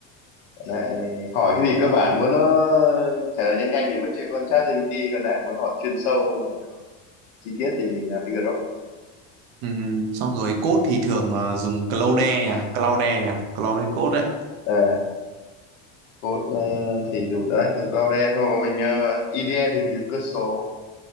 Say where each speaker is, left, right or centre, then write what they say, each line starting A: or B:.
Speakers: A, on the left (about 75°); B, on the right (about 60°).
A: lại hỏi cái gì cơ bản muốn nó trả lời nhanh nhanh thì vứt cho con ChatGPT còn lại muốn hỏi chuyên sâu về chi tiết thì mình làm với Grok
B: Ừm, xong rồi code thì thường ờ, dùng Claude nhỉ Claude nhỉ Claude code đấy
A: à, code ờ, thì dùng đấy dùng Claude thôi còn mình uh, IDE thì mình dùng Cursor